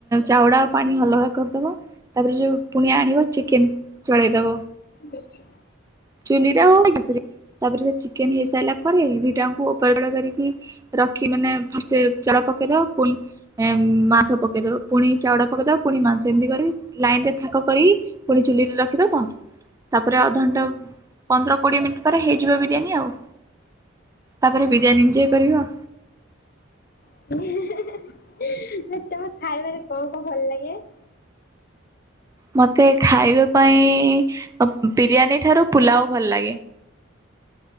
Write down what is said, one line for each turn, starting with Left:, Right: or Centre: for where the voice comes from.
Right: ଚାଉଡା ଆଉ ପାଣି ଅଲଗା କରିଦବ ତାପରେ ଯୋଉ ପୁଣି ଆଣିବ ଚିକେନ ଚଳେଇଦବ।
Left: ବଛ
Right: ଚୂଲିରେ ହଉ ବା ଗ୍ୟାସ ରେ ତାପରେ ସେ ଚିକେନ ହେଇସାରିଲା ପରେ ଦିଟାଙ୍କୁ ଉପର ତଳ କରିକି ରଖି ମାନେ ଫାଷ୍ଟ ଚାଉଳ ପକେଇଦବ ପୁଣି ମାଂସ ପକେଇଦବ ପୁଣି ଚାଉଳ ପକେଇଦବ ପୁଣି ମାଂସ ଏମିତି କରି ଲାଇନ ରେ ଥାକ କରିକି ପୁଣି ଚୂଲିରେ ରଖିଦବ ତାପରେ ଅଧଘଣ୍ଟା ପନ୍ଦର କୋଡ଼ିଏ ମିନିଟ ପରେ ହେଇଯିବ ବିରିୟାନୀ ଆଉ ତାପରେ ବିରିୟାନୀ ଏଞ୍ଜୟ କରିବ।
Left: ତମେ ଖାଇବାରେ କଣ କଣ ଭଲ ଲାଗେ?
Right: ମତେ ଖାଇବା ପାଇଁ ବିରିୟାନୀ ଠାରୁ ପୁଲାଉ ଭଲ ଲାଗେ।